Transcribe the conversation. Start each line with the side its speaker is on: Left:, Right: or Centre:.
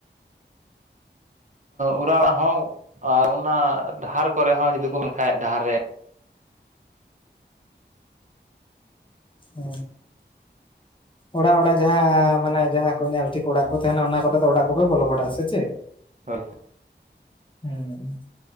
Right: ᱚᱨᱟᱲᱟᱜ ᱦᱚᱸ ᱟᱨ ᱚᱱᱟ ᱰᱟᱦᱟᱨ ᱠᱚᱨᱮ ᱦᱚᱸ ᱡᱩᱫᱤ ᱠᱚ ᱢᱮᱱ ᱠᱷᱟᱭᱮᱫ ᱰᱟᱦᱟᱨ ᱨᱮ
Left: ᱚ ᱚᱲᱟᱜ ᱚᱲᱟᱜ ᱡᱟᱦᱟᱸ ᱢᱟᱱᱮ ᱡᱟᱦᱟᱸ ᱠᱚ ᱧᱮᱞ ᱴᱷᱤᱠ ᱚᱲᱟᱜ ᱠᱚ ᱛᱟᱦᱮᱱᱟ ᱚᱱᱟ ᱠᱚᱛᱮ ᱫᱚ ᱚᱲᱟᱜ ᱠᱚᱯᱮ ᱵᱚᱞᱚ ᱵᱟᱲᱟᱜᱼᱟ᱾ ᱥᱮ ᱪᱮᱫ?
Right: ᱦᱳᱭ
Left: ᱦᱮᱸ